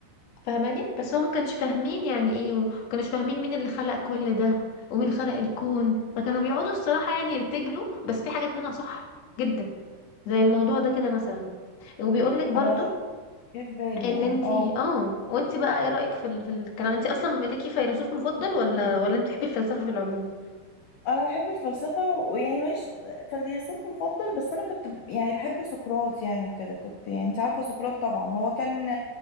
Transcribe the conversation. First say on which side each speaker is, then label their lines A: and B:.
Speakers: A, on the left (about 55°); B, on the left (about 70°).
A: فاهماني بس هو ما كانش فاهمين يعني ايه وما كانوش فاهمين مين اللي خلق كل ده ومين خلق الكون فكانوا بيقعدوا الصراحة يعني يرتجلوا بس في حاجات منها صح جدا زي الموضوع ده كده مثلا وبيقول لك برضو
B: انا جه في بالي
A: ان
B: يعني
A: انتي
B: اه
A: اه وانتي بقى ايه رأيك في ال... في الكلام انتي اصلا ليكي فيلسوف مفضل ولا ولا انت بتحبي الفلسفة في العموم
B: انا بحب الفلسفه ويعني ماليش فيلسوف مفضل بس انا كنت ب- يعني بحب سقراط يعني وكده كنت يعني انت عارفه سقراط طبعا هو كان